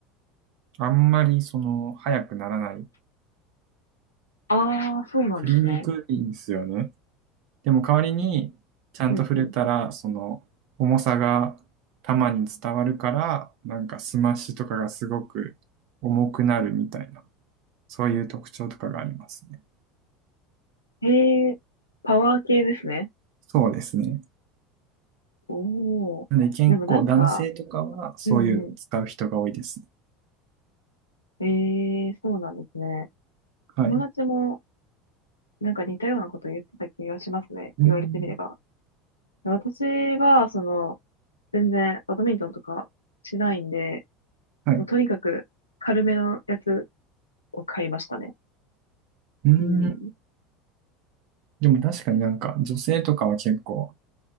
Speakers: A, on the right; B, on the left.
A: あんまりその早くならない。
B: ああ、そうなんですね。
A: 振りにくいんですよね。でも代わりにちゃんと振れたらその重さが球に伝わるからなんかスマッシュとかがすごく重くなるみたいな
B: うんうん。
A: そういう特徴とかがありますね。
B: へえ、パワー系ですね。
A: そうですね。
B: おお。
A: なので健康、
B: でもなんか、
A: 男性とかはそういうのを使う人が多いですね。
B: うんうん。ええ、そうなんですね。
A: はい。
B: 友達もなんか似たようなこと言ってた気がしますね。
A: うーん。
B: 言われてみれば。私は、その、全然バドミントンとかしないんで、
A: はい。
B: もうとにかく軽めのやつ
A: う
B: を買いましたね。
A: ーん。
B: うん。
A: でも確かになんか女性とかは結構